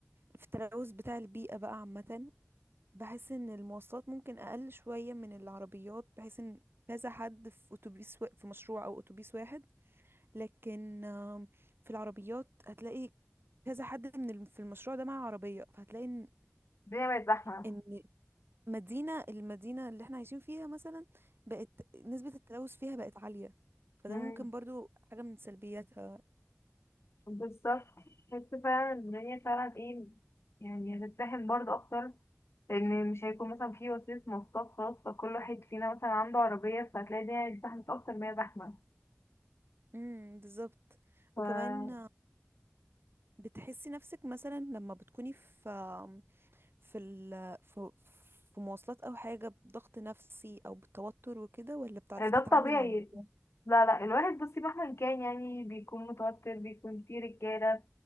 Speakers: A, on the right; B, on the left.
A: في التلوث بتاع البيئة بقى عامة بحس ان المواصلات ممكن اقل شوية من العربيات بحيث ان كذا حد في اتوبيس وا- في مشروع او اتوبيس واحد لكن آم، في العربيات هتلاقي كذا حد من الم- في المشروع ده معاه عربية فهتلاقي ان
B: الدنيا بقت زحمة
A: إن مدينة المدينة اللي احنا عايشين فيها مثلا بقت نسبة التلوث فيها بقت عالية فده
B: مم،
A: ممكن برضو حاجة من سلبياتها
B: بالظبط بس فعلا الدنيا فعلا ايه يعني هتتزاحم برضه اكتر لان مش هيكون مثلا في وسيله مواصلات خاص فكل واحد فينا مثلا عنده عربيه فهتلاقي الدنيا زحمه اكتر ما هي زحمه
A: امم بالظبط
B: ف
A: وكمان آه، بتحسي نفسك مثلا لما بتكوني في آم، في ال في, في مواصلات او حاجة بضغط نفسي او بالتوتر وكده ولا بتعرفي
B: ده
A: تتعاملي
B: الطبيعي
A: مع الموضوع
B: لا لا الواحد بصي مهما كان يعني بيكون متوتر بيكون في رجاله